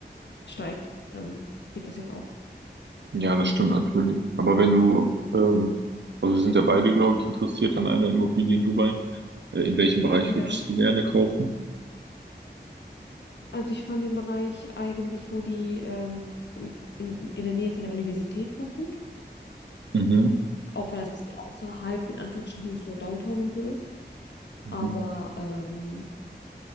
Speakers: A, on the left; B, on the right.
A: steigt. Dann geht das ja auch.
B: Ja, das stimmt natürlich. Aber wenn du, ähm, also wir sind ja beide, glaube ich, interessiert an einer Immobilie in Dubai. Äh, in welchem Bereich
A: Ja,
B: würdest du gerne kaufen?
A: also ich fand den Bereich eigentlich, wo die ähm, un- in, in der Nähe von der Universität ganz gut,
B: Mhm.
A: auch wenn das ein bisschen außerhalb in Anführungsstrichen so Downtown und so ist.
B: Mhm.
A: Aber ähm,